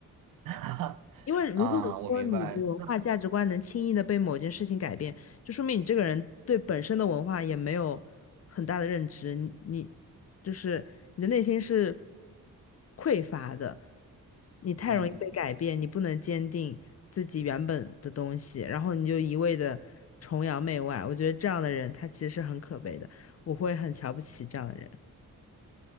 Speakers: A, on the right; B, on the left.
A: <laughs>
B: 因为如果说你的文化价值观能轻易的被某件事情改变，
A: 啊，我明白。那
B: 就说明你这个人对本身的文化也没有很大的认知，你你就是你的内心是匮乏的，你太容易被改变，
A: 嗯，
B: 你不能坚定自己原本的东西，然后你就一味的崇洋媚外。我觉得这样的人他其实是很可悲的，我会很瞧不起这样的人。